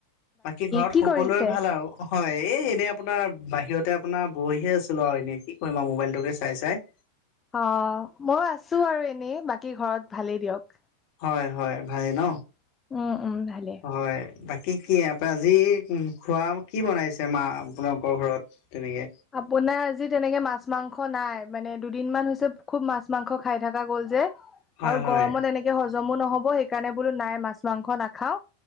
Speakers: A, on the left; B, on the left.
A: বাকী ঘৰত
B: কি
A: সকলো
B: কৰিছে?
A: ভাল আৰু। হয় এই এনেই আপোনাৰ বাহিৰতে আপোনাৰ বহিহে আছিলো আৰু এনেই কি কৰিম আৰু মোবাইলটোকে চাই-চাই,
B: অ, ময়ো আছো আৰু এনেই বাকী ঘৰত ভালেই দিয়ক।
A: হয়-হয় ভালে ন?
B: উম, উম, ভালেই।
A: হয়, বাকী কি আ আজি খোৱা কি বনাইছে মা আপোনালোকৰ ঘৰত? তেনেকে
B: আপোনাৰ আজি তেনেকে মাছ মাংস নাই, মানে দুদিন মান হৈছে খুব মাছ মাংস খাই থকা গ'ল যে।
A: হয়
B: আৰু
A: হয়
B: গৰমত এনেকে হজমো নহব সেইকাৰণে বোলো নাই মাছ মাংস নাখাও।